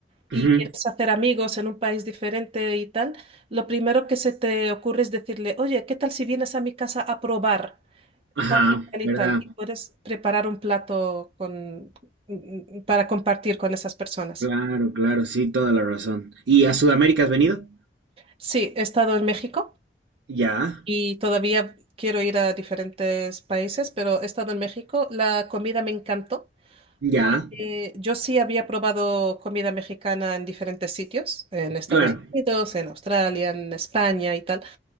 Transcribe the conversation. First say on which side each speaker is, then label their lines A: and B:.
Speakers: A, on the right; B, on the right.
A: y
B: Ujú.
A: quieres hacer amigos en un país diferente y tal, lo primero que se te ocurre es decirle, oye, ¿qué tal si vienes a mi casa a probar?
B: Ajá,
A: tal y tal
B: ¿verdad?
A: y tal. Y puedes preparar un plato con, mm, mm, para compartir con esas personas.
B: Claro, claro, sí, toda la razón. ¿Y a Sudamérica has venido?
A: Sí, he estado en México
B: Ya,
A: y todavía quiero ir a diferentes países, pero he estado en México. La comida me encantó
B: ya,
A: porque yo sí había probado comida mexicana en diferentes sitios, en Estados
B: claro,
A: Unidos, en Australia, en España y tal,